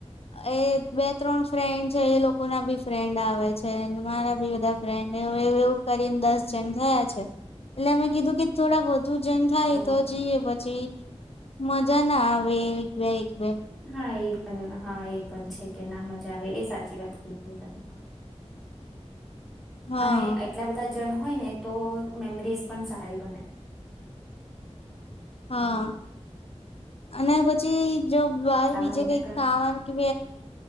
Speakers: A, on the left; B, in the centre.
A: એ બે ત્રણ ફ્રેન્ડ છે એ લોકો ના બી ફ્રેન્ડ આવે છે મારા બી બધા ફ્રેન્ડવું એવું કરીને દસ થયા છે એટલે અમે કીધું કે થોડા બોુ સૂજન થાય
B: ઓ
A: તો જઈએ પછી મજા ના હ કે
B: હા એ પણન હા એ પણ છે કે ના મજા આવે એ સાચી વાત કજ તમે
A: હા
B: અને એટલા બધા હોય ને તો મેમરીઝ પણ સારી બને
A: હા અને પછી જો બાર
B: સામાન
A: બીજે
B: બધા
A: કઈક ખાવાનું કે